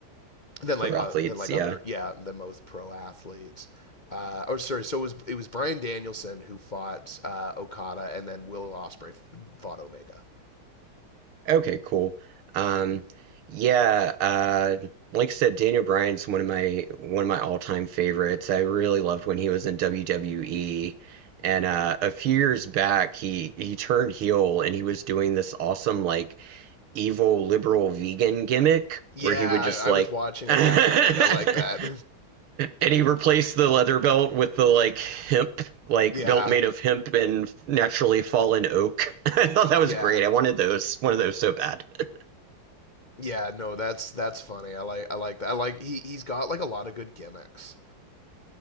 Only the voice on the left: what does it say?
than
like uh,
than like
other yeah than most pro athletes. Uh, oh, sorry. So it was it was Brian Danielson who fought uh, Okada, and then Will Osprey fought Omega.
Yeah,
I,
I was watching
at that point. I like that.
<laughs> yeah,
yeah,
yeah. No, that's that's funny. I like I like that. I like he he's got like a lot of good gimmicks.